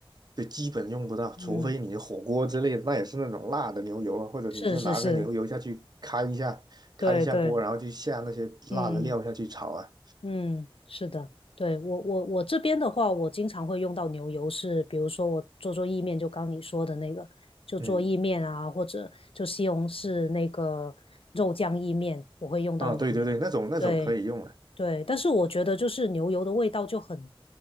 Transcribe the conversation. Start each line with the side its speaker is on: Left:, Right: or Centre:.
Right: 就基本用不到，除非你火锅之类的，
Left: 嗯，
Right: 那也是那种辣的牛油啊，或者你就拿个牛油下去开一下，
Left: 是是是，
Right: 开一下锅，
Left: 对对，
Right: 然后就下那些辣的料下去炒啊，
Left: 嗯。嗯，是的，对，我我我这边的话，我经常会用到牛油是，比如说我做做意面，就刚你说的那个，就做意面啊，
Right: 嗯，
Left: 或者就西红柿那个肉酱意面，我会用到牛油。
Right: 啊，对对对，那种那种可以用了，
Left: 对对，但是我觉得就是牛油的味道就很，